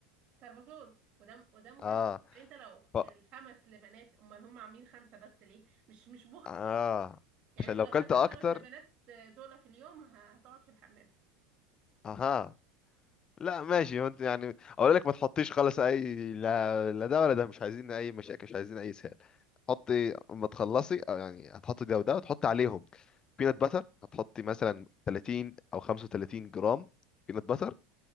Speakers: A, on the right (about 45°); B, on the left (about 30°).
A: سربتول وده وده مسهل
B: اه
A: يعني انت لو
B: ف...
A: الخمس لبنات امال هم عاملين خمسه بس ليه مش مش بخل
B: اه
A: يعني
B: عشان
A: انت
B: لو
A: لو
B: كلت
A: كانت
B: اكتر
A: الخمس لبنات آه، دول في اليوم هتقعد في الحمام
B: اها لا ماشي هو انت يعني اقول لك ما تحطيش خالص اي لا لا ده ولا ده مش عايزين اي مشاكل مش عايزين اي سهل حطي اما تخلصي أو يعني هتحطي ده وده وتحطي عليهم بينات باتر هتحطي مثلا 30 او 35 جرام بينات باتر